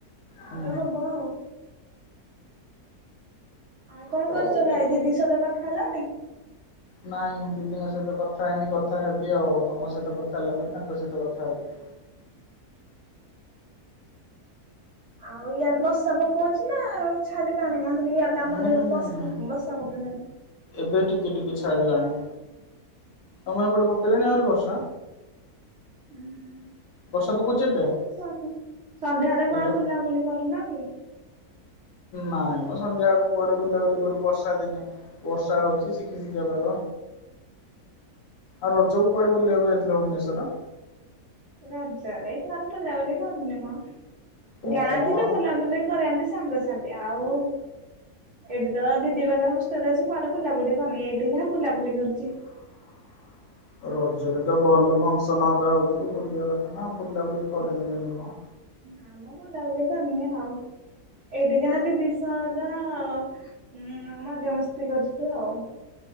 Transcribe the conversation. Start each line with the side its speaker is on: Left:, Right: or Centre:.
Left: ହୁଁ
Right: ତାହେଲେ ହବ ଆଉ। ଆଉ କଣ
Left: ହଉ
Right: କରୁଛ ଭାଇ
Left: ଆଉ।
Right: ଦିଦି ସତ କଥା ହେଲଣିି?
Left: ନାଇଁ ଦିଦିଙ୍କ ସହିତ କଥା ହେଇନି, କଥା ହେବି ଆଉ, ତମ ସହିତ କଥା ହେଲା ପରେ ତାଙ୍କ ସହିତ କଥା ହେବି।
Right: ଆଉ ଇଆଡେ ବର୍ଷା ପକଉଛି ନା ଛାଡିଲାଣି ଆହୁରି ଇଆଡ
Left: ହୁଁ।
Right: ବର୍ଷା ପକାଇଲାଣି।
Left: ଏବେ ଟିକେ ଟିକେ ଛାଡିଲାଣି। ତମେ ଏପଟେ ପକେଇଲାଣି ଆହୁରି ବର୍ଷା?
Right: ଉମ୍
Left: ବର୍ଷା ପକଉଛି ଏବେ
Right: ଆଉ ସନ୍ଧ୍ୟା ହେଲେ
Left: ହାଲୋ
Right: କୁଆଡ ବୁଲାବୁଲି କରୁନା କି?
Left: ନାଇଁମ ସନ୍ଧ୍ୟା ବେଳେ କୁଆଡେ ବୁଲାବୁଲି କରୁ ବର୍ଷା ଦିନେ? ବର୍ଷା ହଉଛି, ଶିକି ଶିକିଆ <unintelligible> ଆଉ ରଜକୁ କୁଆଡ଼େ ବୁଲିବାକୁ ଯାଇଥିଲ ଭୁବନେଶ୍ୱର?
Right: ରଜରେ କୁଆଡେ ବୁଲା ବୁଲି କରିନି ମ,
Left: କଣ
Right: ଗାଁ ଥିଲେ ବୁଲାବୁଲି କରିଆ ଯଦି ସାଙ୍ଗସାଥି ଆଉ ଏଇଠି ତ ଦିଦି ପାଖର ହଷ୍ଟେଲରେ ଅଛି କୁଆଡେ ବୁଲାବୁଲି କରିନି, ଏଇଠି ଯାହା ବୁଲାବୁଲି କରିଛି।
Left: <inaudible> ରଜରେ ତ ଭଲ ଫଙ୍କସନ ହବା ହଉଥିବ ବୁଲିବା କଥା ନା, ବୁଲାବୁଲି କରିନ କେମ୍ ତି ମ
Right: ନାମ ବୁ ଭଲ ଲାଗୁନି କରିନି ଆଉ, ଏଇଠି ଯାହା ଦିଦି ସହ <unintelligible> ଉମ୍ ମଜା ମସ୍ତି କରିଥିଲୁ ଆଉ।